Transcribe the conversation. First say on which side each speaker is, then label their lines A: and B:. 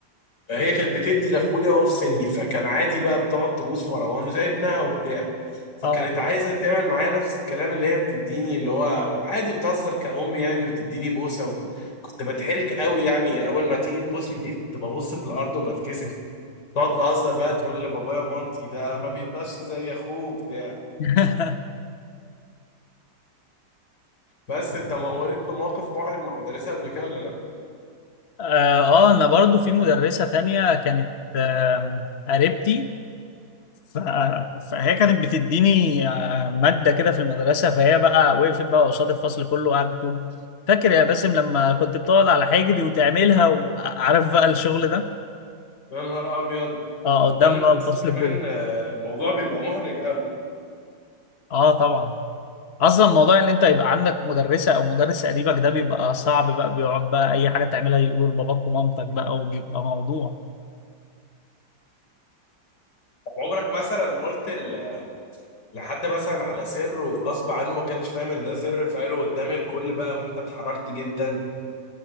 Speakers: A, on the left; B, on the left.
A: فهي كانت بتدي لاخويا وهو في سني فكان عادي بقى بتقعد تبوس مروان وزي ابنها وبتاع فكانت
B: اه
A: عايزه تعمل معايا نفس الكلام اللي هي بتديني اللي هو عادي بتهزر كأم يعني وتديني بوسه و... كنت بتحرك قوي يعني اول ما تيجي تبوسني دي كنت ببص في الارض وبتكسف تقعد تهزر بقى تقول لبابايا ومامتي ده ما بيتبش زي اخوه وبتاع
B: <laughs>
A: بس انت مورت بموقف محرج مع مدرسه قبل كده ولا لا؟
B: اه آه، انا برضو في مدرسة تانية كانت آم، قريبتي ف- فهي كانت بتديني آه، مادة كده في المدرسة فهي بقى وقفت بقى قصاد الفصل كله وقعدت تقول فاكر يا باسم لما كنت بتقعد على حجري وتعملها وعارف بقى الشغل ده
A: يا نهار ابيض
B: اه
A: قدام
B: قدام
A: الفصل
B: بقى الفصل
A: كمان
B: كله
A: آه، الموضوع بيبقى محرج قوي
B: اه طبعا اصلا موضوع ان انت يبقى عندك مدرسة او مدرس قريبك ده بيبقى صعب بقى بيقعد بقى اي حاجة تعملها يقولوا لباباك ومامتك بقى وبيبقى موضوع
A: طب عمرك مثلا قلت ال لحد مثلا على سر وغصب عنه ما كانش فاهم ان ده سر فقاله قدام الكل بقى وانت اتحركت جدا